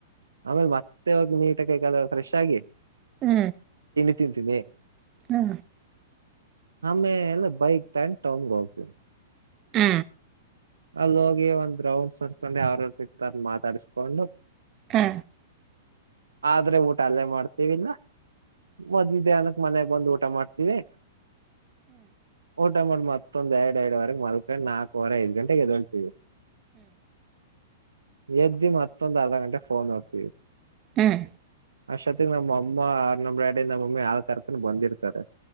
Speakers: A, on the right; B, on the right.
A: ಆಮೇಲೆ ಮತ್ತೆ ಹೋಗಿ ನೀಟಕಲ್ ಫ್ರೆಶ್ ಆಗಿ
B: ಹೂ
A: ಿದ್ದೀನಿ
B: ಹಾ
A: ಆಮೇಲೆ ಬೈಕ್ ತಗೊಂಡು ಟೋಲ್ ಗೆ ಹೋಗ್ತೀನಿ
B: ಹೂ
A: ಅಲ್ಲಿ ಹೋಗಿ ಒಂದ್ ದ್ರೌಂಡ್ ಸಡ್ಕೊಂಡು ಯ್ರ ಸಿಗ್ತಾರ ಮಾತಾಡಿಸಕೊಂಡು
B: ಹಾ
A: ಆದ್ರೆ ಊಟ ಅಲ್ಲೇ ಮಾಡ್ತೀವಿಲ್ಲ ಮದ್ವಿಧ್ಯಾಹ್ನಕ್ ಮನ್ಯಾಗ ಬಂದು ಊಟ ಮಾಡ್ತೀವಿ ಊಟ ಮಾಡ್ ಮತ್ತೊಂದ್ ಎರಡ್ರಡ್ ವರೆಗೆ ಮಲ್ಕಂಡ್ ನಾಕಕ್ವರೆ ಐ್ ಗಂ ಹೇಗೆ ದೊಡ್ತೀವಿ ಎ್ದಮತ್ತ ಆಧಾ ಟೆ ಫೋನ್ ಹತ
B: ಹ್ಮ್
A: ಅಷ್ಟೊತ್ತಿಗೆ ನಮ್ಮ ಅಮ್ಮ ನಮ್ ಡ್ಯಾಡಿ ನಮ್ಮಮ್ಮಿ ಯಾವ ತರಕನ ಬಂದಿರ್ತಾರೆ